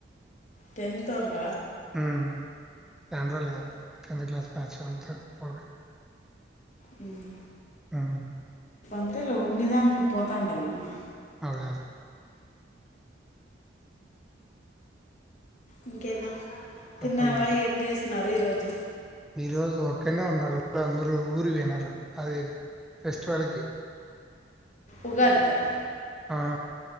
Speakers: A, on the left (about 40°); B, in the centre.
A: టెన్తోల్ల
B: హ్మ్. చానా రోజులు ఆయ కదా టెన్త్ క్లాస్ బ్యాచ్ అంతే పోగా
A: మ్మ్
B: అవును
A: అంతేలే ఉన్ని దాంట్లో పోతాండాల మా
B: అదే
A: ఇంకేనా
B: చెప్పాలి
A: తిన్నావా ఏం చేసిన్నారు ఈరోజు
B: ఈ రోజు ఒక్కనే ఉన్న రూమ్ లో అందరూ ఊరి పోయినారు అది ఫెస్టివల్ కి
A: ఉగాదికా
B: ఆ